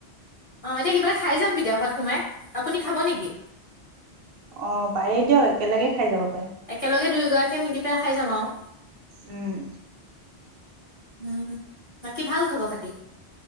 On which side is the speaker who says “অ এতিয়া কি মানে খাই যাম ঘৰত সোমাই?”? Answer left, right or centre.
Left